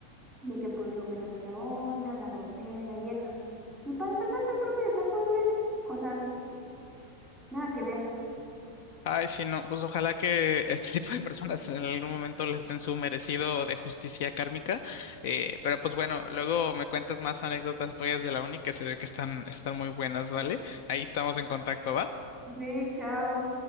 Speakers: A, in the centre; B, on the left.
A: de que pues yo fui la mala onda, la grosera y esto. Y para empezar, hasta el profe le sacó 10. O sea, nada que ver.
B: Ay, sí, no, pues ojalá que este <laughs> tipo de personas en algún momento les den su merecido de justicia kármica. Eh, pero pues bueno, luego me cuentas más anécdotas tuyas de la uni que se ve que están, están muy buenas, ¿vale? Ahí estamos en contacto, ¿va?
A: Ve, chao.